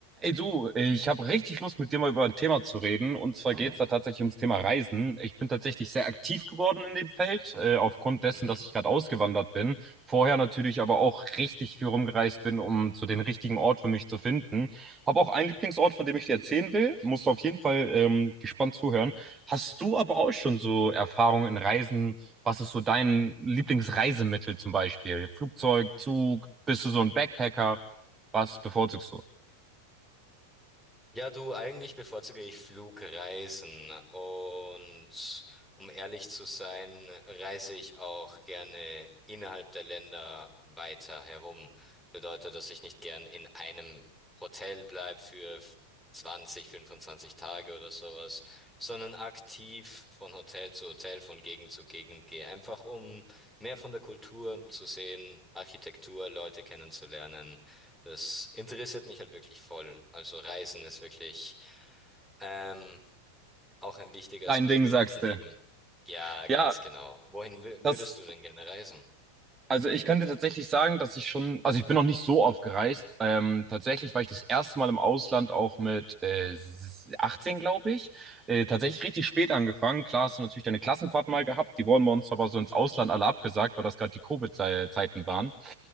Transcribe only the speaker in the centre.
Mhm.
Ja, du, eigentlich bevorzuge ich Flugreisen und um ehrlich zu sein, reise ich auch gerne innerhalb der Länder weiter herum. Bedeutet, dass ich nicht gern in einem Hotel bleibe für f- 20, 25 Tage oder sowas, sondern aktiv von Hotel zu Hotel, von Gegend zu Gegend gehe, einfach um mehr von der Kultur zu sehen, Architektur, Leute kennenzulernen. Das interessiert mich halt wirklich voll. Also Reisen ist wirklich ähm, auch ein wichtiger
Aspekt
in meinem Leben.
Ja, ganz
genau. Wohin wü-
würdest du denn gerne reisen?
Mhm.